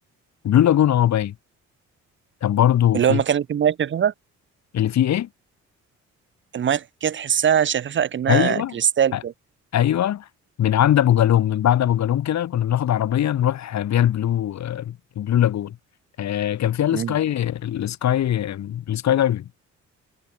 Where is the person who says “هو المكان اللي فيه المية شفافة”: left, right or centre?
Right